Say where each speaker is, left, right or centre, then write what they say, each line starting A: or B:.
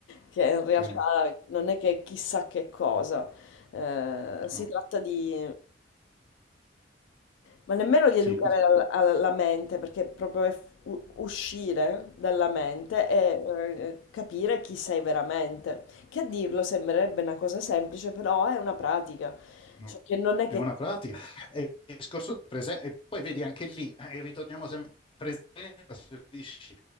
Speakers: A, on the left; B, on the left.
A: che in realtà
B: sì,
A: non è che chissà che cosa. Eh, si
B: no,
A: tratta di, ma nemmeno di educare
B: sì, questo.
A: al- alla mente, perché proprio è u- uscire dalla mente e eh, capire chi sei veramente. Che a dirlo sembrerebbe una cosa semplice, però è una pratica.
B: No,
A: Cioè che non è
B: È
A: che
B: una
A: ti...
B: pratica. E, e scorso presen- e poi vedi anche lì, eh, ritorniamo sempre alla presenza, se dici,